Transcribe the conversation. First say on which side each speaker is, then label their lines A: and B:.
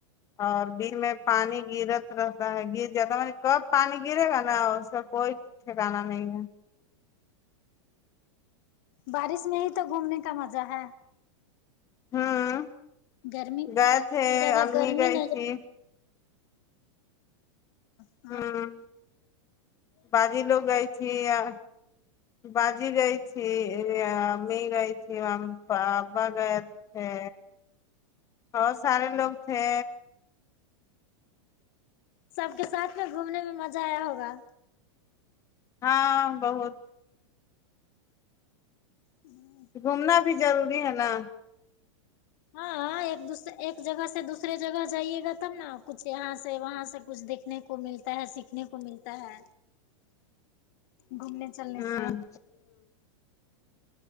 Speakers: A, on the left; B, on the left.
A: اور دن میں پانی گرت رہتا ہے گر جاتا ہے میں نے کب پانی گرے گا نا اس کا کوئی پ جانا نہیں
B: بارش میں ہی تو گھومنے کا مزہ ہے
A: ہوں
B: گرمی
A: گئے تھے
B: زیادہ
A: امی
B: گرمی
A: گئی
B: نہ
A: تھی
B: ہاں
A: ہوں باجی لوگ گئی تھی ا باجی گئی تھی ا امی گئی تھی ا ابا گئے ٹھے اور سارے لوگ تھے
B: سب کے ساتھ میں گھومنے میں مزہ آیا ہوگا
A: ہاں بہت
B: ہوں
A: گھومنا بھی ضروری ہے نا
B: ہاں ہاں ایک دوس ایک جگہ سے دوسرے جگہ جائیے گا تب نا کچھ یہاں سے وہاں سے کچھ دیکھ نے کو ملتا ہے سیکھنے کو ملتا ہے گھومنے چلنے
A: ہوں
B: سے